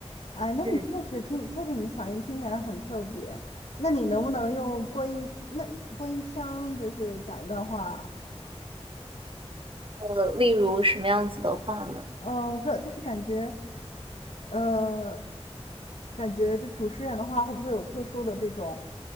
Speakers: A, on the left; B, on the right.
A: 哎，那你确实听，
B: 嗯，
A: 确实你的嗓音听起来很特别。那你能不能用播音那播音腔，就是讲一段话？
B: 呃，例如什么样子的话呢？
A: 呃，我不知道，就是感觉，呃，感觉这主持人的话会不会有特殊的这种，